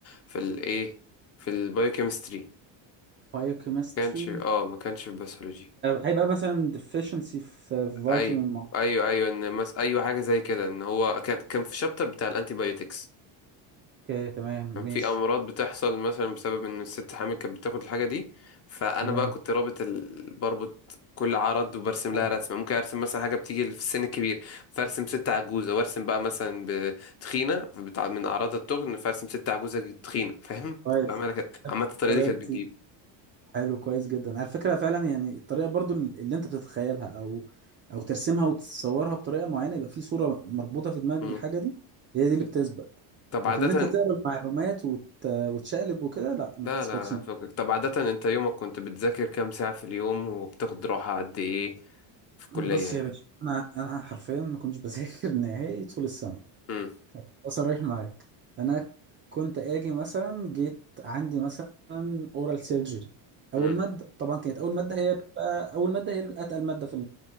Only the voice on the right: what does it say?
بايوكيمستري
هيبقى مثلا deficiency في في فيتامين
معين
اوكي تمام
ماشي
تمام
آه،
كويس
طريقة
حلو كويس جدا على فكرة فعلا يعني الطريقة برضو اللي انت بتتخيلها او او ترسمها وتصورها بطريقة معينة يبقى في صورة مربوطة في دماغك
بالحاجة دي هي دي اللي بتثبت
لكن
ان انت تقرا المعلومات وت... وتشقلب وكده لا ما
بتثبتش
<clears throat> بص
يا باشا انا انا حرفيا ما كنتش بذاكر <laughs> نهائي طول السنة
صريح معاك انا كنت اجي مثلا جيت عندي مثلا اورال سيرجري اول
مادة طبعا كانت اول مادة هي بتبقى اول مادة هي اتقل مادة في